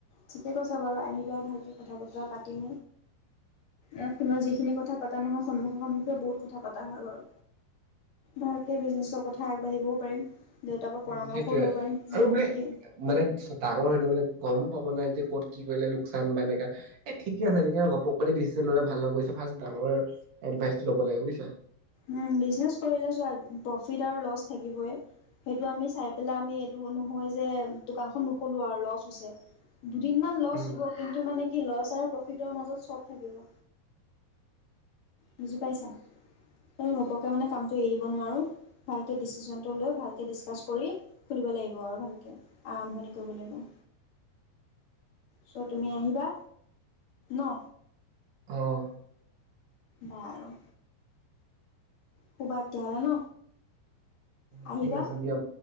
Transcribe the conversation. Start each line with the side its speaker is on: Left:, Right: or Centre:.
Left: ঠিকে কৈছা বাৰু আহিবা ভালকে কথা বতৰা পাতিম, আহ ফোনত যিখিনি কথা পতা নহয় সন্মুখে সন্মুখে বহুত কথা পতা হয় বাৰু, ভালকে বিজনেচৰ কথা আগবাঢ়িবও পাৰিম। দেউতাৰ পৰা পৰামৰ্শও
Right: উম সেইটোৱে,
Left: ল'ব পাৰিম যি
Right: আৰু মানে
Left: কি
Right: মানে ডাঙৰ হলে মানে গমো পাব নাই যে ক'ত কি কৰিলে লোকচান বা এনেকা, এ ঠিকে আছে তেতিয়া ঘোপককে ডিচিশন ল'লে ভাল নহ'ব বুজিছা, ৰ্ফাষ্ট ডাঙৰৰ এডভাইচটো ল'ব লাগে বুজিছা।
Left: উম, বিজনেছ কৰিলে চোৱা প্ৰফিট আৰু ল'ছ থাকিবই, সেইটো আমি চাই পেলাই আমি এইটো নহয় যে দোকানখন নুখলোঁ আৰু ল'ছ হৈছে। দুদিনমান ল'ছ
Right: উম
Left: হ'ব কিন্তু মানে কি ল'ছ আৰু প্ৰফিটৰ মাজত চব থাকিব। বুজি পাইছা, তুমি ঘপককে মানে কামটো এৰি দিব নোৱাৰোঁ, ভালকৈ ডিচিশনটো লৈ ভালকৈ ডিছকাছ কৰি খুলিব লাগিব আৰু ভালকৈ আৰম্ভণি কৰিব লাগিব, ছ' তুমি আহিবা ন?
Right: অহ।
Left: বাৰু। শুবা তেতিয়া হ'লে ন।
Right: অ',
Left: আহিবা
Right: ঠিক আছে দিয়া